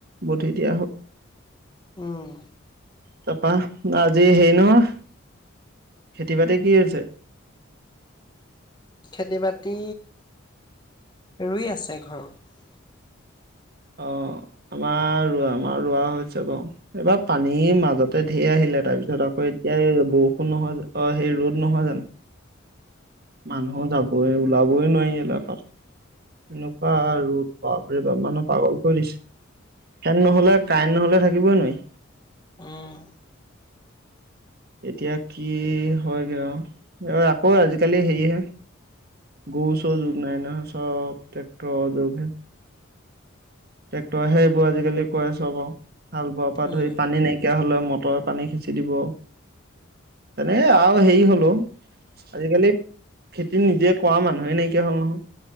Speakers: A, on the right (about 50°); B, on the left (about 20°).
A: বধি দিয়া হ'ল
B: উম
A: তাপা আজি হেৰি নহয় খেতি বাতি কি হৈছে? <inaudible>
B: খেতি বাতি ৰুই আছে ঘৰত
A: অ আমাৰ ৰোৱা আমাৰ ৰোৱা হৈছে বাৰু এইবাৰ পানীৰ মাজত ত ঢেৰ আহিলে তাৰ পিছত আকৌ এতিয়া এই বৰষুণ নহয় অ সেই ৰ'দ নহয় জানো মানুহ যাবই ওলাবই নোৱাৰি ইয়াতে পাক এনেকুৱা ৰ'দ বাপ ৰে বাপ মানত <unintelligible> ফেন নহলে কাৰেণ্ নহলে থাকিবই নোৱাৰি <inaudible>
B: উম
A: এতিয়া কি হয়গৈ আৰু আকৌ আজিকালি হেৰিহে গৰু চৰু যুগ নাই নহ চব ট্ৰেক্টৰৰ যুগে টেক্টৰ সেইবোৰ আজিকালি কৰে চব আৰু হাল বোৱাৰ পৰা
B: উম
A: ধৰি পানী নাইকিয়া হলে মটৰ পানী সিচি দিব তেনেকে আৰু হেৰি হলো আজিকালি খেতি নিজে কৰা মানুহে নাইকিয়া হল নহয়